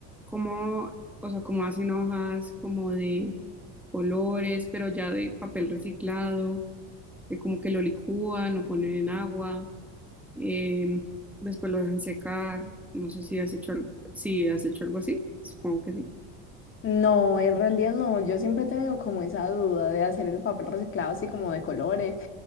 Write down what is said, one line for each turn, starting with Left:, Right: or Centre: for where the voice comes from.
Centre: como, o sea, como hacen hojas como de colores, pero ya de papel reciclado, que como que lo licúan, lo ponen en agua, em, después lo dejan secar. No sé si has hecho, al- si has hecho algo así. Supongo que sí.
Left: No, en realidad no. Yo siempre he tenido como esa duda de hacer el papel reciclado así como de colores,